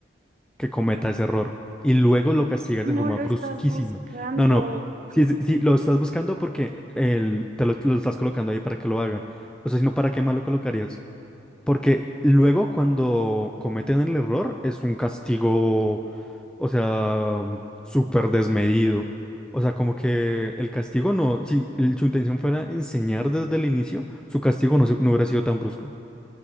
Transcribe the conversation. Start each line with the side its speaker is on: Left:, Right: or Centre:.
Centre: que cometa ese error y luego lo castigas
Right: No
Centre: de forma
Right: lo
Centre: brusquísima.
Right: estás buscando.
Centre: No, no, si, si si lo estás buscando porque el, te lo, lo estás colocando ahí para que lo haga. O sea, si no, ¿para qué más lo colocarías? Porque luego cuando cometen el error es un castigo, o sea, súper desmedido. O sea, como que el castigo no, si el- su intención fuera enseñar desde el inicio, su castigo no, se- no hubiera sido tan brusco.